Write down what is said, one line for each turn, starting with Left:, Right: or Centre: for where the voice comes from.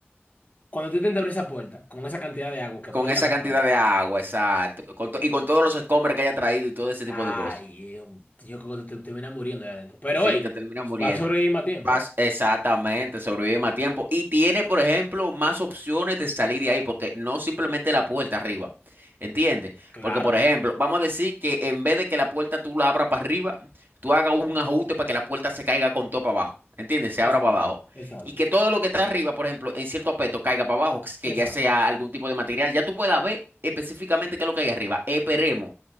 Left: Cuando tú intentas abrir esa puerta con esa cantidad de agua que
Right: Con
Left: puede
Right: esa
Left: haber afuera,
Right: cantidad de agua, exacto. con to- y con todos los escombros que haya traído y todo ese
Left: ay,
Right: tipo de cosas.
Left: eh, yo creo que te, te terminas muriendo ahí adentro. Pero
Right: Sí,
Left: hoy,
Right: te terminas muriendo.
Left: vas a sobrevivir más tiempo,
Right: Vas
Left: ¿eh?
Right: exactamente, sobrevive más tiempo y tiene, por ejemplo, más opciones de salir de ahí, porque no simplemente la puerta arriba, ¿entiendes?
Left: Claro.
Right: Porque, por ejemplo, vamos a decir que en vez de que la puerta tú la abras para arriba, tú hagas un ajuste para que la puerta se caiga con todo para abajo, ¿entiendes? Se abra
Left: Exacto.
Right: para abajo.
Left: Exacto.
Right: Y que todo lo que está arriba, por ejemplo, en cierto aspecto caiga para abajo, que
Left: Exacto.
Right: ya sea
Left: exacto,
Right: algún tipo de material,
Left: exacto.
Right: ya tú puedas ver específicamente qué es lo que hay arriba. Esperemos,